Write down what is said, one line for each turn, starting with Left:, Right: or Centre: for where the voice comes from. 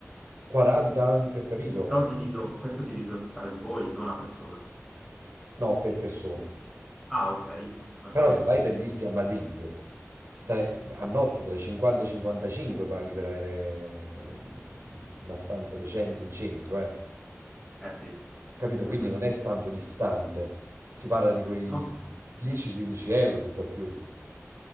Right: 40 anche, capito?
Centre: Però diviso, questo è diviso tra di voi, non a persona.
Right: No, per persona.
Centre: Ah, ok, va
Right: Però
Centre: bene.
Right: se vai per dirti a Madrid, tra- a notte tra i 50 e i 55 paghi per avere un- una stanza decente in centro, eh.
Centre: Eh sì.
Right: Capito?
Centre: Mhm.
Right: Quindi non è tanto distante. Si parla di quei
Centre: No,
Right: 10-15 euro, tutto al più.